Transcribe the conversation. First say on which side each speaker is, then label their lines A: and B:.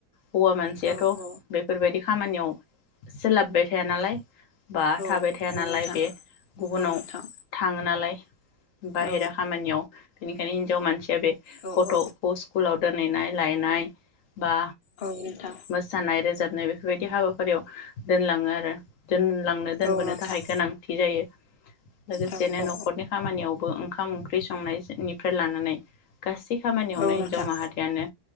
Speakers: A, on the left (about 65°); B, on the left (about 80°).
A: हौवा मानसियाथ'
B: औ औ औ
A: बेफोरबायदि खामानियाव सोलाबबाय थाया नालाय बा
B: औ
A: थाबाय थाया
B: औ
A: नालाय
B: नोंथां
A: बे गुबुनाव
B: औ नोंथां
A: थांङो नालाय <inaudible> बाहेरा
B: औ
A: खामानियाव बेनिखायनो हिन जाव मान सिया बे
B: औ
A: गथ'
B: औ
A: सकुलाव दोनहैनाय लायनाय- बा
B: औ नोंथां
A: मोसानाय रो रोजाबनाय बेफोरबायदि हाबा याव दोनलांङो आरो दोनलांनो दोनबोनो
B: औ नोंथां
A: थाखाय गोनांथि जायो। लोगोसेनो
B: औ औ
A: न'खरनि खामानियावबो उम ओंखाम ओंख्रि संनायनायसोनिफ्राय लानानै गासै खामानियावनो
B: औ
A: हिन्जाव
B: नोंथां
A: माहारियानो